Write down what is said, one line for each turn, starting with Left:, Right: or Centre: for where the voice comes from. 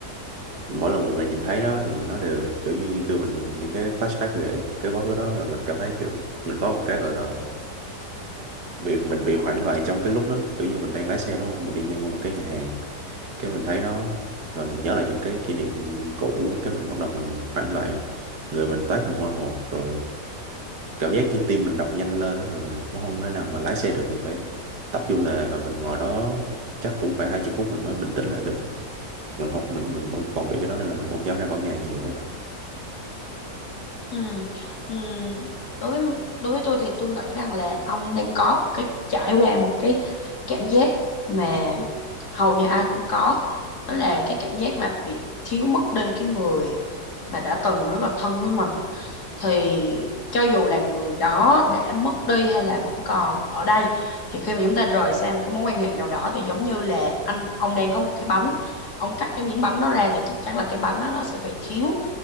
Right: mỗi lần mình, mình nhìn thấy đó thì nó đều kiểu như đưa mình những cái flashback về cái quá khứ đó rồi mình cảm thấy kiểu mình có một cái gọi là bị mình bị hoảng loạn trong cái lúc đó kiểu như mình đang lái xe đúng không mình đi ngang qua một cái nhà hàng cái mình thấy nó và mình nhớ lại những cái kỷ niệm cũ cái mình bắt đầu mình hoảng loạn người mình toát mồ hôi hột rồi cảm giác như tim mình đập nhanh lên đó rồi mình cũng không thể nào mà lái xe được mình phải tấp vô lề và mình ngồi đó chắc cũng phải hai chục phút mình mới bình tĩnh lại được á. mình không mình mình vẫn còn bị cái đó nên là mình không dám ra khỏi nhà nhiều các
Left: Ừ. Ừ. Đối với đối với tôi thì tôi nghĩ rằng là ông đang có một cái trải qua một cái cảm giác mà hầu như ai cũng có đó là cái cảm giác mà bị thiếu mất đi cái người mà đã từng rất là thân với mình thì cho dù là người đó đã mất đi hay là vẫn còn ở đây thì khi mà chúng ta rời xa một cái mối quan hệ nào đó thì giống như là anh ông đang có một cái bánh ông cắt cái miếng bánh đó ra thì chắc chắn là cái bánh đó nó sẽ phải thiếu